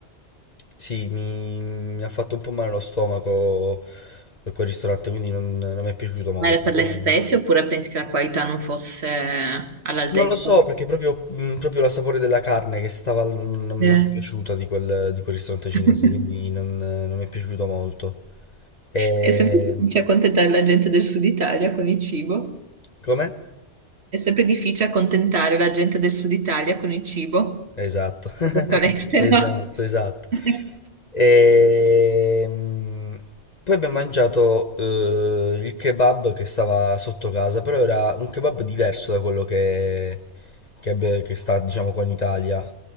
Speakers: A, on the left; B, on the right.
A: Sì, mi, mi ha fatto un po' male lo stomaco eh, quel ristorante, quindi non, non mi è piaciuto molto.
B: Ma era per
A: Poi
B: le spezie oppure pensi che la qualità non fosse all'altezza?
A: Non lo so perché proprio, mh, proprio la sapore della carne che stava, non, non
B: Eh.
A: mi è piaciuta di quel, di quel ristorante cinese,
B: <laughs>
A: quindi non, non mi è piaciuto molto. E...
B: È sempre difficile accontentare la gente del Sud Italia con il cibo.
A: Come?
B: È sempre difficile accontentare la gente del Sud Italia con il cibo,
A: Esatto, <laughs>
B: soprattutto all'estero.
A: esatto, esatto.
B: <laughs>
A: E... mh, Poi abbiamo mangiato eh, il kebab che stava sotto casa, però era un kebab diverso da quello che, che, abbi- che sta, diciamo, qua in Italia.